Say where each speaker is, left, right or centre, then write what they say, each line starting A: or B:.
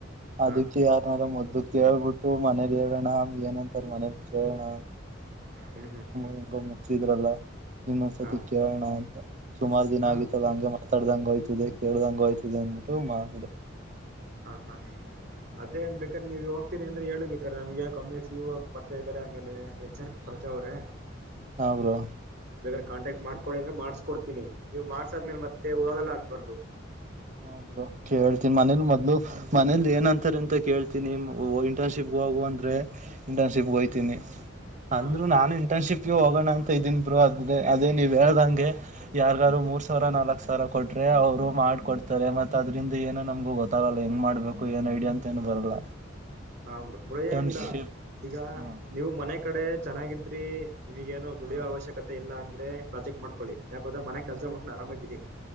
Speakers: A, on the right (about 40°); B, on the right (about 55°).
A: ಅದಕ್ಕೆ
B: ಹಾ
A: ಯಾರನಾರ ಮೊದ್ದ ಕೇಳ್ಬಿಟ್ಟು ಮನೇಲಿ ಹೇಳೋಣ ಏನಂತಾರ ಮನೇಲಿ ಕೇಳಣ
B: ಹ್ಮ್ ಹ್ಮ್
A: ಹಿಂಗೋ ಮುಗಸಿದ್ರಲ್ಲ ನಿನ್ನೊಂದ್ಸತಿ
B: ಹಾ
A: ಕೇಳೋಣ ಅಂತ ಸುಮಾರು ದಿನ
B: ಹಾ
A: ಆಗಿತ್ತಲ್ಲ ಹಂಗೆ ಮಾತಾಡ್ದಂಗಗೆೋಯ್ತದೆ ಕೇಳ್ದಂಗ ಹಯ್ತದೆ ಅನ್ಬಿಟ್ಟು ಮಾಡಿದೆ
B: ಹಾ ಹಾ ಅದೇನ್ ಬೇಕ್ರ ನೀವ ಇ ತಿ ಅಂದ್ರೆ ಹೇಳಬೇಕಾರೆ ನಮಗೆ ಕಮ್ಮ ಯ ಪರಿಚ ಇದಾರೆ ಆಮೇಲೆ ಎಚ್ ಆರ್ ಪರಿಚಾ ಅವ್ರೆ
A: ಹ್ರೋ
B: ಬೇಕಾದ್ರೆ ಕಾಂಟ್ಯಾಕ್ಟ್ ಮಾಡ್ಕೊಂಡಿ ಅಂದ್ರೆ ಮಾಡಸ್ಕಡ್ತನಿ ನೀವು ಮಾಡ್ಸಾದ್ಮೇಲೆ ಮತ್ತೆ ಹೋಗಲ್ಲ ಅಂದಬಾರ್ದು
A: ಹೌದರು ಕೇಳ್ತೀನಿ ಮನೇಲಿ ಮೊದ್ಲು ಮನೇಲಿ ಏನಂತ ಥರ್ ಅಂತ ಕೇಳ್ತೀನಿ ಇಂಟರ್ನ್ಶಿಪ್ಗೆ ಹೋಗುವ ಅಂದ್ರೆ ಇಂಟರ್ನ್ಶಿಪ್ಗೆ ಹೋಗಯ್ತೀನಿ ಅಂದ್ರು
B: ಹಾ
A: ನಾನು ಇಂಟರ್ನ್ಶಿಪ್ ಹೋಗೋಣ ಅಂತ ಇದೀನ್ ಬ್ರರು ಅದ ಅದೇ ನೀವ್ ಹೇಳ್ದಂಗೆ ಯಾರ್ಗಾರು ಮೂರ್ ಸಾವಿರ ನಾಲ್ಕ್ ಸಾವರ ಕೊಟ್ರಿ ಅವ್ರು ಮಾಡ್ಕೊಡ್ತಾರೆ ಇತಾರೆ ಮತ್ತತ್ ಅದ್ರಿಂದ ಏನೋ ನಮ್ಗ ಗೊತ್ತಾಗಲ್ಲ ಹೆಂಗ್ ಮಾಡ್ಬೇಕು ಏನ್ ಐಡಿಯಾ ಅಂತ ಏನು ಬರಲ್ಲ
B: ಹಾ ಬ ಬ್ರೋ
A: ಇಂಟರ್ನ್ಶಿಪ್
B: ಏನಿಲ್ಲಾ ಈಗ
A: ಹ್ಮ
B: ನೀವು ಮನೆ ಕಡೆ ಚೆನ್ನಾಗಿದ್ರಿ ನಿಮಗೇಏನು ದುಡಿಯೋ
A: ಹ್ಮ
B: ಅವಶ್ಯಕತೆ ಇಲ್ಲ ಅಂದ್ರೆ ಪ್ರಾಜೆಕ್ಟ್ ಮಾಡಕೊಳ್ಳಿ ಯಾಕೋದ್ರ ಮನೆ ಕೆಸ ಮಾಡ್ಕೊಂಡು ಆರಾಮಾಗೀರಿ